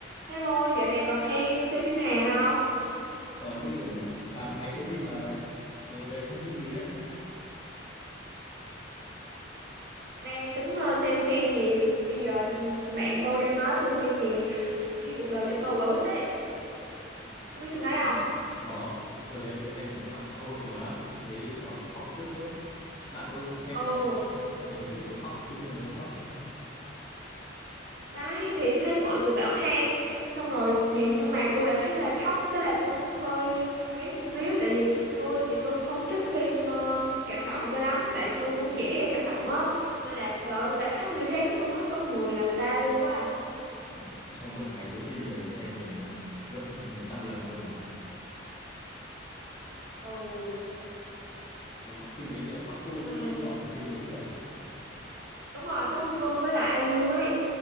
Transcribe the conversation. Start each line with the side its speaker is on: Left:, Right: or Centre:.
Right: Hello, dạo này còn hay xem phim Hàn không?
Left: còn chứ à máy chiếu phim mà này ừ, về xem phim gì đấy
Right: Đang tính ờ, xem phim gì? Bây giờ ừm, bạn tôi đang nói xem phim gì khi cuộc đời cho tôi quả quýt đấy.
Left: à cái
Right: Có biết
Left: phim
Right: phim đấy
Left: mà
Right: không?
Left: có tôi thấy tôi xem ở trên mạng xã hội nhiều lắm thấy bảo khóc sướt mướt bạn tôi cũng xem
Right: Ừ,
Left: đấy đang ngồi hôm trước ngồi khóc tự nhiên ngồi ngồi khóc thôi
Right: đấy thì thấy mọi người bảo hay, xong rồi thì nhưng mà tôi lại thấy là khóc, thế là tôi cũng hơi rén một xíu tại vì tôi thì tôi không thích phim ờ, cảm động cho lắm tại tôi cũng dễ cảm động á nên là trời ơi, người ta khóc như thế chứ tôi khóc gấp 10 là người ta luôn quá.
Left: Nhưng mà xong mượn máy chiếu phim về xem để gấp 100 lần luôn à
Right: Ừ.
Left: mà phim đấy nhờ Park Bo
Right: Hai.
Left: Gum đóng chính đúng không nhờ
Right: Đúng rồi, Paper Girl với lại ai IU ấy.